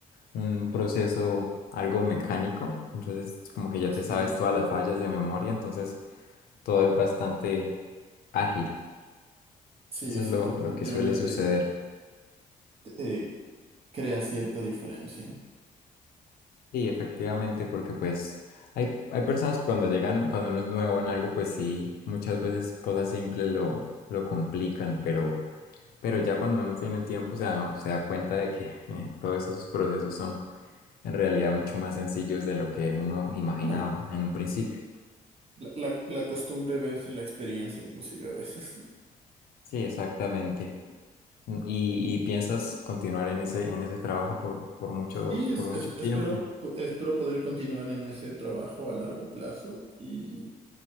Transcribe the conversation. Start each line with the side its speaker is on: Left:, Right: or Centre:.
Left: un proceso algo mecánico, entonces como que ya
Right: Sí,
Left: te sabes todas las fallas de memoria, entonces todo es bastante ágil.
Right: sí,
Left: Eso es
Right: sí,
Left: lo,
Right: definitivamente
Left: lo que suele suceder.
Right: eh, crea cierta diferencia.
Left: Sí, efectivamente,
Right: Eh,
Left: porque pues hay, hay personas que cuando llegan, cuando uno es nuevo en algo, pues sí, muchas veces cosas simples lo, lo complican, pero, pero ya cuando uno tiene el tiempo se da, se da cuenta de que eh, todos esos procesos son en realidad mucho más sencillos de lo que uno imaginaba
Right: claro.
Left: en un principio.
Right: La, la- la costumbre verse la experiencia, inclusive a veces.
Left: Sí, exactamente. ¿Y, y piensas continuar en ese, en ese trabajo por, por mucho,
Right: Y es-
Left: por mucho
Right: es-
Left: tiempo?
Right: espero, espero poder continuar en ese trabajo a largo plazo y